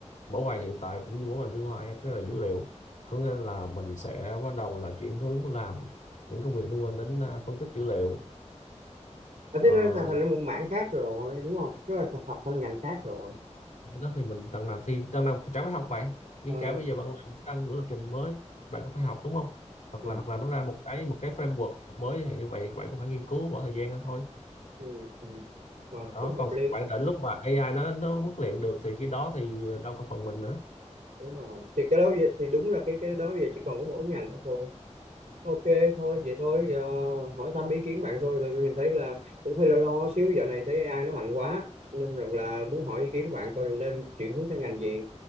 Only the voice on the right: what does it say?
à,
thế nó thành thành ra một mảng khác rồi đúng không nó là học thành ngành khác rồi
Ờ,
ừ,
ừ, ừ. Ờ,
cũng hợp
lý
đúng rồi thì cái đó bây giờ, thì đúng là cái cái đó bây giờ chỉ còn có mỗi ngành đó thôi ok thôi vậy thôi giờ hỏi thăm ý kiến bạn thôi vì mình thấy là cũng hơi lo lo xíu dạo này thấy AI nó mạnh quá nên rằng là muốn hỏi ý kiến của bạn coi là nên chuyển hướng sang ngành gì